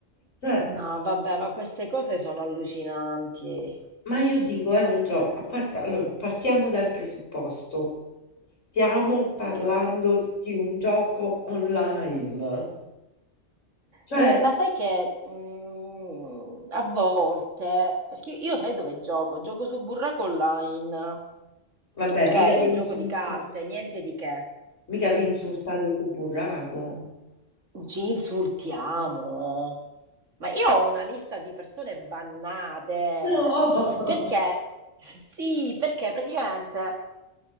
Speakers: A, on the left; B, on the right.
A: Cioè...
B: No, vabbè, ma queste cose sono allucinanti.
A: Ma io dico, è un gioco. A parte- allora, partiamo dal presupposto. Stiamo parlando di un gioco online. Cioè,
B: Eh, ma sai che mm, a volte, perché io sai dove gioco? Gioco su Burraco Online,
A: vabbè,
B: ok?
A: mica vi insulta-
B: Un gioco di carte, niente di che.
A: mica vi insultate sul burraco.
B: Ci insultiamo. Ma io ho una lista di persone bannate.
A: No!
B: Perché? Sì, perché praticamente